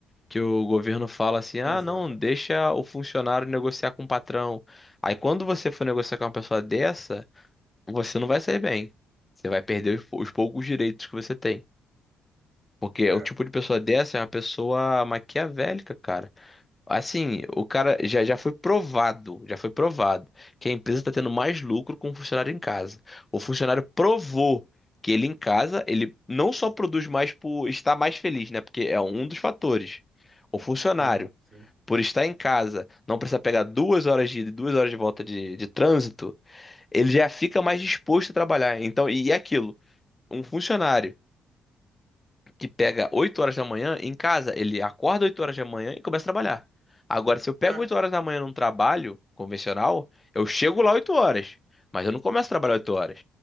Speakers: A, on the left; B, on the right.
A: que o governo fala assim:
B: exatamente.
A: ah, não, deixa o funcionário negociar com o patrão. Aí quando você for negociar com uma pessoa dessa, você não vai sair bem. Você vai perder os, pou- os poucos direitos que você tem. Porque
B: É,
A: o tipo de pessoa dessa é uma pessoa maquiavélica, cara. Assim, o cara já, já foi provado, já foi provado que a empresa está tendo mais lucro com o funcionário em casa. O funcionário provou que ele em casa, ele não só produz mais por estar mais feliz, né? Porque é um dos fatores. O funcionário,
B: sim, sim.
A: por estar em casa, não precisa pegar duas horas de ida e duas horas de volta de, de trânsito, ele já fica mais disposto a trabalhar. Então, e e aquilo, um funcionário que pega 8 horas da manhã em casa, ele acorda 8 horas da manhã e começa a trabalhar. Agora, se eu pego
B: É,
A: 8 horas da manhã num trabalho convencional, eu chego lá 8 horas, mas eu não começo a trabalhar 8 horas.